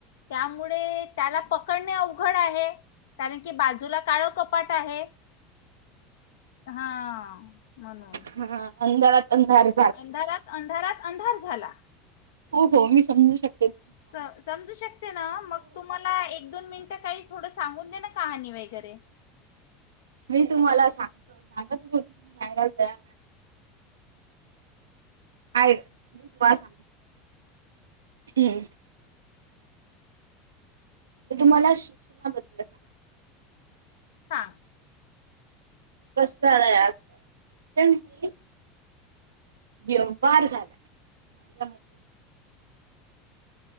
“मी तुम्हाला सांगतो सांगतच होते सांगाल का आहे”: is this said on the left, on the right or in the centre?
Right